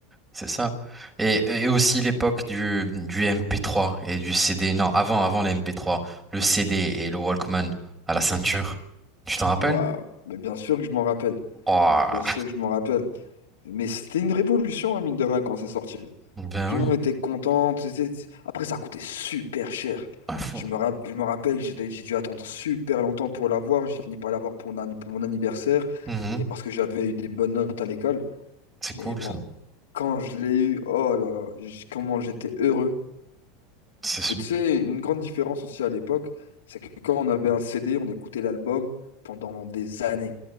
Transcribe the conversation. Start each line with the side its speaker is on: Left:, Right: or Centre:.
Right: c'est ça. Et, et aussi l'époque du, du MP3 et du CD. Non, avant, avant les MP3, le CD et le Walkman à la ceinture. Tu t'en rappelles?
Left: Waouh. Mais bien sûr que je m'en rappelle.
Right: Oh,
Left: Bien sûr que je m'en rappelle. Mais c'était une révolution, hein, mine de rien, quand c'est sorti.
Right: ben
Left: Tout
Right: oui,
Left: le monde était content. tu sais, tu- Après, ça coûtait super cher.
Right: un fond.
Left: Je me, rap- je me rappelle, que j'ai dé- j'ai dû attendre super longtemps pour l'avoir. J'ai fini par l'avoir pour, mon an- pour mon anniversaire
Right: Mhm.
Left: et parce que j'avais eu des bonnes notes à l'école.
Right: C'est
Left: Mais
Right: cool
Left: bon,
Right: ça.
Left: quand je l'ai eu, oh là là, j- comment j'étais heureux.
Right: C'est son.
Left: Mais tu sais, une grande différence aussi à l'époque, c'est que quand on avait un CD, on écoutait l'album pendant des années.